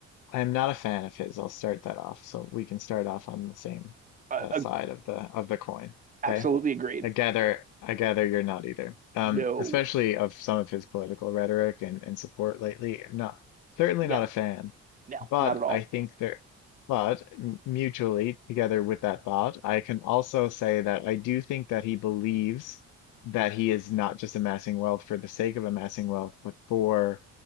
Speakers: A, on the left; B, on the right.
A: I am not a fan of his. I'll start that off. So we can start off on the same
B: Uh,
A: uh,
B: uh,
A: side of the of the coin.
B: absolutely
A: Okay.
B: agreed.
A: I gather I gather you're not either. Um,
B: No,
A: especially of some of his political rhetoric and, and support lately. Not certainly
B: no,
A: not a fan.
B: no,
A: But
B: not at all.
A: I think
B: <laughs>
A: there but m- mutually together with that thought, I can also say that I do think that he believes that he is not just amassing wealth for the sake of amassing wealth, but for